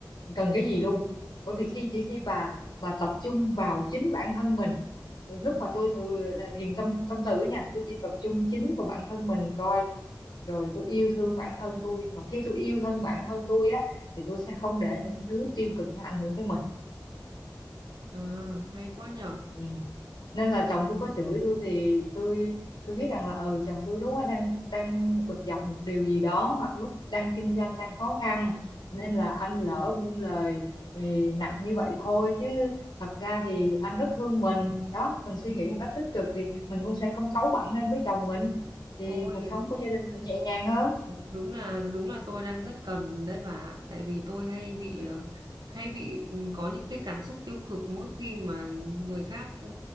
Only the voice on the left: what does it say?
cần cái gì luôn bởi vì khi chỉ khi bà bà tập trung vào chính bản thân mình lúc mà tôi thừa à, thiền tâm tâm tử nha tôi chỉ tập trung chính vào bản thân mình coi rồi tôi yêu thương bản thân tôi mà khi tôi yêu thương bản thân tôi á thì tôi sẽ không để những thứ tiêu cực nó ảnh hưởng tới mình
Ừ. nên là chồng tôi có chửi tôi thì tôi tôi biết rằng là ừ chồng tôi lúc đó đang đang bực dọc một điều gì đó hoặc lúc đang kinh doanh đang khó khăn nên là anh lỡ buông lời thì nặng như vậy thôi chứ thật ra thì anh rất thương mình đó mình suy nghĩ một cách tích cực thì mình cũng sẽ không cáu bẳn lên với chồng mình thì
cuộc sống của gia đình mình nhẹ nhàng hơn
ừ